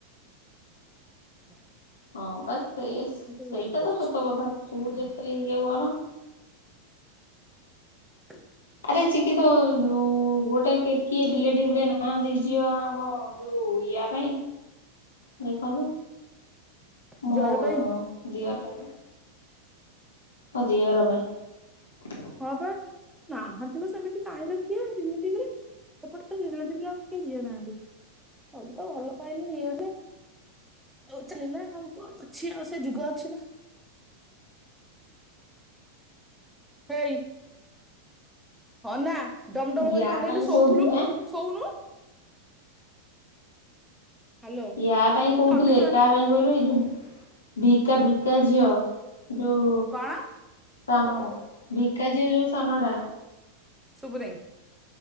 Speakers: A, in the centre; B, on the left.
A: <inaudible>
B: ହଁ ବା ସେ ସେଇଟା
A: ମୁଁ ଟିକେ ଗଳି ପଡିଛି।
B: ତ ସତ କଥା ତୁ ଯେଥିରେ ଇଏ କର
A: <inaudible>
B: କେ ଶିକ୍ଷିତ ଉ-ଉ-ଉ-ଉ ଗୋଟେ କିଏ ରିଲେଟିଭରେ ନାହାନ୍ତି ଝିଅ ଆମ ଯୋଉ ଇଆ ପାଇଁ ଦେଖନ୍ତୁ। ମୋ-ଓ-ଓ
A: ଜୟ ପାଇଁ
B: ଦିଅର ମୋ ଦିଅର ପାଇଁ।
A: ହଁ ବା ନାହାନ୍ତି ଲୋ ସେମିତି କାହିଁଲ କିଏ ଲିଲେଟିଭରେ। ଏପଟେ ରିଲେଟିଭରେ କିଏ ଝିଅ ନାହାନ୍ତି। ସବୁ ତ ଭଲ ପାଇଲେ ଇଏରେ ଆଉ ଚାଲିଲା ଆଉ କଣ ଅଛି ଆଉ ସେ ଯୁଗ ଅଛି ନା ହେଇ ହଁ ନା ଡମ୍ ଡମ୍
B: ୟା
A: କରିକି ଅନେଇଲୁ
B: ପାଇଁ
A: ଶୋଉଥିଲୁ
B: କହୁଥିଲି
A: ଶୋଉନୁ। ହାଲୋ
B: ଇୟା ପାଇଁ କହୁଥିଲେ
A: ଜଗିଥାନି
B: କାହା ପାଇଁ କହିଲୁ ଏଇ ଯୋଉ ଭିକା ଭିକା ଝିଅ ଯୋଉ
A: କଣ?
B: ସାନଡା ଭିକା ଝିଅ ଯୋଉ ସାନଡା।
A: ଶୁଭୁନେଇ